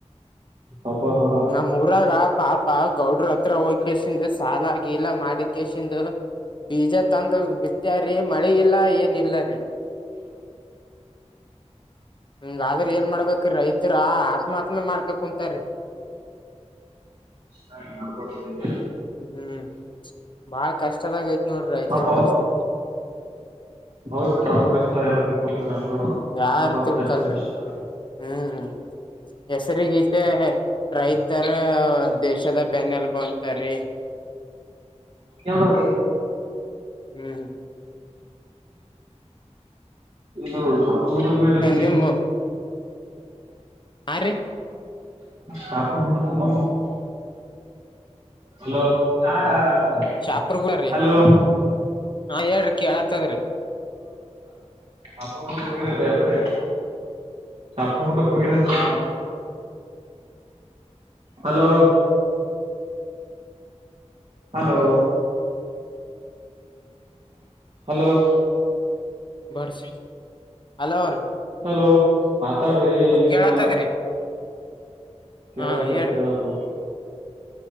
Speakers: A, on the right; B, on the left.
A: ಹಬ ಹಾ
B: ನಮ್ಮ್ ಊರಾಗ ಪಾಪ ಗೌಡ್ರ ಹತ್ರ ಹೋಗಸಿಂದ ಸಾಲ ಆಾಗಿ ಎಲ್ಲಾ ಮಾಡಿ ಕೇಶಂದು ಬೀಜ ತಂದು ಬಿತ ರೀ ಮಳಿ ಇಲ್ಲಾ ಏನ್ ಇಲ್ಲ ರೀ ಹಮ ಆದ್ರ ಏನ್ ಮಾಡ್ಬೇಕ್ರೀ ರೈತರ ಆತ್ಮಹತ್ಯಮೆ ಮಾಡ್ಕ ಕುಂಂತಾರೀ
A: ಹಾ ನಡ್ಕೊಡದ್ರಿ ಈಗ
B: ಹ್ಮ್ ಬಹಳ ಕಷ್ಟದಾಗ ಐತ್ ನೋಡ್ರಿ ರೈತರ
A: ಪಾಪ
B: ಪರಿಸ್ಥಿತಿ
A: ಅವ್ರ ಅವ್ರ ಕಷ್ಟ ಯಾರತಿ ಕೊತಾರೆ ಎಲ್ಲರು
B: ಯಾರ್
A: ಅನ್ನ ಬಾಪ
B: ತಿಳ್ಕಲ್ರಿ
A: ಹೆಸರಿಗ ಅಂತಾರಲ್ಲ
B: ಹ್ಮ್ ಹೆಸರಿ ಗೀತೆ ರೈತರ ದೇಶದ ಬೆನ್ನಲ್ ಬಂತಾರೀ
A: ಯ್ದ ಹ
B: ಹ್ಮ್
A: ಇದು ಶಾಪ ಕೂಡ ಹೋಗರ
B: ನಿಮ್
A: ನ
B: ಹಾ ರೀ
A: ಸಪ ಮಟ್ಟ ತಂದ ಹಲೋ ಆ ಹ ಆ
B: ಶಾಪುರ್ಗುಳರಿ
A: ಹಲೋ
B: ಹಾ ಹೇಳ್ರಿ ಕೇಳತ್ತದ್ರಿ
A: ಅ ಹೋಗಿರಲ್ಲ ಅಂದ್ರೆ ಚಪ್ಪಗುಯ ಸಾ ಹಲೋ ಹಲೋ ಹಲೋ
B: ಬರ್ಸ ಅಲೋ
A: ಹಲೋ ಮಾತಾಡ್ರಿ ನಿಮ್ಮ
B: ಕೇಳತ್ತದ್ರಿ
A: ಕೇಳತ್ರಿ
B: ಹಾ ಹೇಳ್ರಿ
A: ಕೇಳತ್